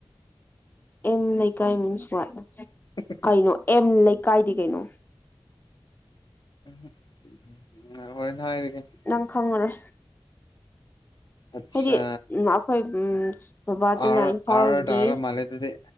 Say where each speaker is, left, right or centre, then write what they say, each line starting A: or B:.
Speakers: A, on the left; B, on the left.
A: ꯑꯦꯝ ꯂꯩꯀꯥꯏ ꯃꯤꯟꯁ ꯋꯥꯠ
B: <unintelligible>
A: ꯀꯩꯅꯣ ꯑꯦꯝ ꯂꯩꯀꯥꯏꯗꯤ ꯀꯩꯅꯣ
B: <unintelligible> ꯍꯥꯏꯔꯒꯦ
A: ꯅꯪ ꯈꯪꯉꯔꯣꯏ
B: ꯑꯠꯆꯥ
A: ꯍꯥꯏꯗꯤ ꯎꯝ ꯑꯩꯈꯣꯏ ꯕꯕꯥꯗꯨꯅ
B: ꯑꯥꯔ
A: ꯏꯝꯐꯥꯜꯒꯤ
B: ꯑꯥꯔ ꯇꯥꯔ ꯃꯥꯜꯂꯦ ꯑꯗꯨꯗꯤ